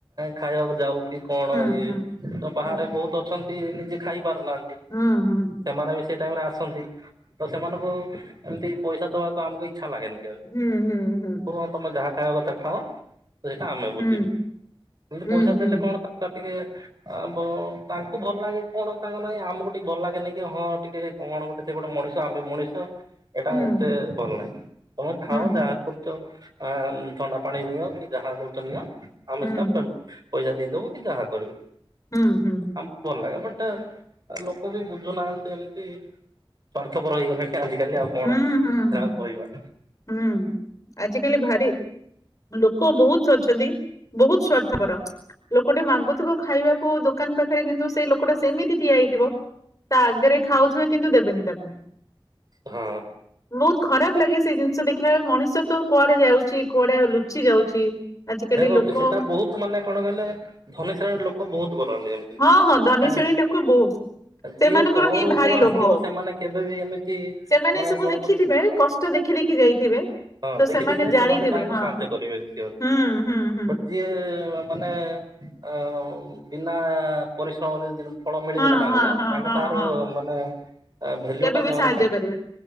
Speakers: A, on the right; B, on the left.
A: ଖାଇବାକୁ ଯାଉ କି କଣ
B: ହୁଁ
A: ଇଏ
B: ହୁଁ
A: ତ
B: ହୁଁ
A: ବାହାରେ ବହୁତ ଅଛନ୍ତି ନିଜେ ଖାଇ ପାରୁନାହାନ୍ତି।
B: ହୁଁ, ହୁଁ।
A: ସେମାନେ ବି ସେଇ ଟାଇମରେ ଆସନ୍ତି, ତ ସେମାନଙ୍କୁ ଏମିତି ପଇସା ଦବାକୁ ଆମକୁ ଇଚ୍ଛା ଲାଗେନି।
B: ହୁଁ ହୁଁ
A: ପୁଅ ତମେ ଯାହା ଖାଇବା କଥା ଖାଅ? ସେଇଟା ଆମେ
B: ହୁଁ
A: ବୁଝିବୁ, ଏମିତି
B: ହୁଁ
A: ପଇସା
B: ହୁଁ ହୁଁ
A: ଦେଲେ କଣ <unintelligible> ଟିକେ ଆ ବ ତାଙ୍କୁ ଭଲ ଲାଗେ କଣ ତାଙ୍କ ନାଇଁ ଆମକୁ ଟିକେ ଭଲ ଲାଗେନ କି ହଁ ଟିକେ କଣ ଗୋଟେ ସେ ଗୋଟେ ମଣିଷ ଆମେ ମଣିଷ ଏଟା
B: ହୁଁ
A: ଏତେ ଭଲ ନାହିଁ? ତମେ ଖାଅ
B: ହୁଁ ହୁଁ
A: ଯାହା କରୁଛ ଆ ଥଣ୍ଡା ପାଣି ନିଅ କି ଯାହା କହୁଚ ନିଅ। ଆମେ
B: ହୁଁ
A: ସେଟା ପେମ୍ ପଇସା ଦେଇଦେବୁ କି ଯାହା କରିବୁ।
B: ହୁଁ, ହୁଁ।
A: ଆମକୁ ଭଲ ଲାଗେ, ବଟ୍ ଆ ଲୋକ ବି ବୁଝୁନାହାନ୍ତି ଏମତି। ସ୍ୱାର୍ଥପର ହେଇଗଲେଣି ଆଜିକାଲି ଆଉ କଣ
B: ହୁଁ
A: କାହାକୁ
B: ହୁଁ
A: କହିବା?
B: ହୁଁ, ଆଜିକାଲି ଭାରି ଲୋକ ବହୁତ ଅଛନ୍ତି, ବହୁତ ସ୍ଵାର୍ଥପର, ଲୋକଟେ ମାଗୁଥିବ ଖାଇବା- କୁ ଦୋକାନ ପାଖରେ କିନ୍ତୁ ସେଇ ଲୋକଟା ସେମିତି ଠିଆ ହେଇଥିବ। ତା ଆଗରେ ଖାଉଥିବେ କିନ୍ତୁ ଦେବେନି ତାକୁ।
A: ହୁଁ
B: ବହୁତ ଖରାପ ଲାଗେ ସେଇ ଜିନିଷ ଦେଖିଲା ବେଳୁ ମଣିଷ ତ କୁଆଡେ ଯାଉଛି କୁଆଡେ ଲୁଚି ଯାଉଛି? ଆଜିକାଲି
A: ହେୟା କହୁଛି
B: ଲୋକ
A: ସେଟା ବହୁତ ମାନେ କଣ କହିଲେ ଧନୀଶ୍ରେଣୀ ଲୋକ ବହୁତ କରନ୍ତି।
B: ହଁ ହଁ ଧନୀଶ୍ରେଣୀ
A: ଏ
B: ଲୋକ ବହୁତ।
A: ଯିଏ
B: ସେମାନଙ୍କର
A: ତଳରୁ
B: ହିଁ ଭାରି
A: ଉପରୁ ଆସିଥିବ
B: ଲୋଭ,
A: ସେମାନେ କେବେ ବି ଏମିତି
B: ସେମାନେ
A: ମାନେ
B: ଏ ସବୁ
A: ଜଣକୁ
B: ଦେଖିଥିବେ କଷ୍ ଷ୍ଟ ଦେଖି ଦେଖି ଯାଇଥିବେ,
A: ହଁ
B: ତ
A: ଦେଖି
B: ସେମାନେ
A: ଦେଖି ଯାଇ
B: ଜାଣିଥିବେ
A: ତାଙ୍କୁ
B: ହଁ,
A: ସାହାଯ୍ୟ କରିବେ ସିଓର
B: ହୁଁ, ହୁଁ ହୁଁ।
A: ବଟ ଯିଏ ମାନେ ଅ ବିନା ପରିଶ୍ରମରେ <unintelligible> ଫଳ ମିଳିଗଲା
B: ହଁ
A: ତାଙ୍କୁ
B: ହଁ ହଁ
A: ତାଙ୍କେ
B: ହଁ
A: ତାହାର
B: ହଁ
A: ମାନେ ଆ ଭେଲ୍ୟୁଟା
B: କେବେ ବି
A: ସେମାନେ
B: ସାହାଯ୍ୟ
A: କାଢ଼ି
B: କରିବେ